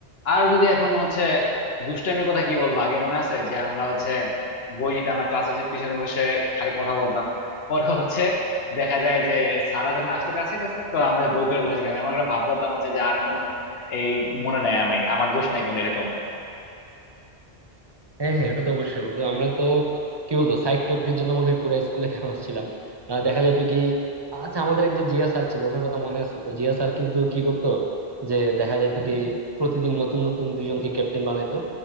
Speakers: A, on the left; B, on the right.
A: আর যদি এখন হচ্ছে দুষ্টাইমের কথা কি বলবো আগে মনে আছে যে আমরা হচ্ছে বই নিতে আমরা ক্লাসে যে পিছনে বসে খালি কথা বলতাম পরে হচ্ছে দেখা যায় যে সারা যখন আসতো কাছে কাছে তো আমরা বই খুলে বসে থাকতাম এমন একটা ভাব ধরতাম হচ্ছে যে আর কোনো এই মনে নাই আমি আমার দোষ নাই কোনো এরকম
B: হ্যাঁ হ্যাঁ এটা তো অবশ্যই বন্ধু আমরা তো কি বলবো সাইড টকের জন্য মনে হয় পুরো স্কুলে ফেমাস ছিলাম আহ, দেখা যেত কি আচ্ছা আমাদের এক যে জিয়া স্যার ছিল ওনার কথা মনে আছে তো জিয়া স্যার কিন্তু কি করতো যে দেখা যেত কি প্রতিদিন নতুন নতুন দুইজনকে ক্যাপ্টেন বানাইতো